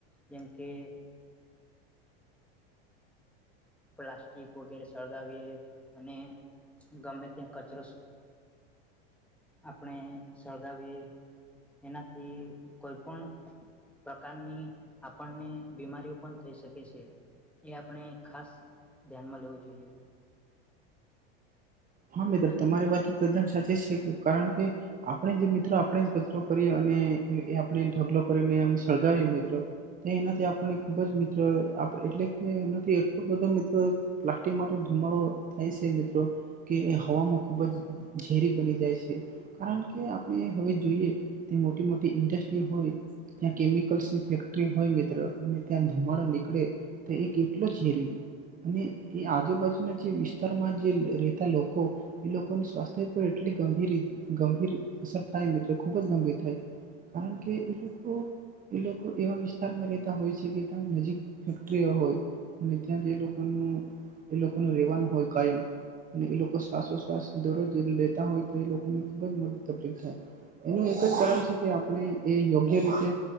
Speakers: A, in the centre; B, on the right (about 25°).
A: જેમ કે પ્લાસ્ટિક વગેરે સળગાવીએ અને ગમે ત્યાં કચરો આપણે સળગાવીએ એનાથી કોઈ પણ પ્રકારની આપણને બીમારીઓ પણ થઈ શકે છે એ આપણે ખાસ ધ્યાનમાં લેવું જોઈએ
B: હા મિત્ર તમારી વાત તદ્દન સાચી છે કારણ કે આપણે જે મિત્રો આપણે જ કચરો કરીએ અને એ આપણે ઢગલો કરીનેને સળગાવીએ મિત્રો તો એનાથી આપને ખુબ જ મિત્ર એટલે કે એનાથી એટલો બધો મિત્રો પ્લાસ્ટિક માટે ધુમાડો થાય છે મિત્ર કે એ હવામાં ખૂબ જ ઝેરી બની જાય છે કારણ કે આપણે હવે જોઈએ તે મોટી મોટી ઇન્ડસ્ટ્રી હોય ત્યાં કેમિકલ્સની ફેક્ટરી હોય મિત્ર અને ત્યાં ધુમાડો નીકળે તો એ કેટલો ઝેરી અને એ આજુબાજુના જે વિસ્તારમાં જે લોકો એ લોકો સ્વાસ્થ્ય પર એટલી ગંભીર ગંભીર અસર થાય મિત્રો ખુબ જ ગંભીર થાય કારણ કે એ લોકો એ લોકો એવા વિસ્તારમાં રહેતા હોય છે કે ત્યાં નજીક ફેક્ટરીઓ હોય અને ત્યાં જ એ લોકોનું એ લોકો ન રહેેવાનું હોય કાયમ અને એ લોકો શ્વાસોશ્વાસ દરરોજ લેતા હોય તો એ લોકોને ખુબ જ મોટી તકલીફ થાય એનું એક જ કારણ છે કે આપણે એ યોગ્ય રીતે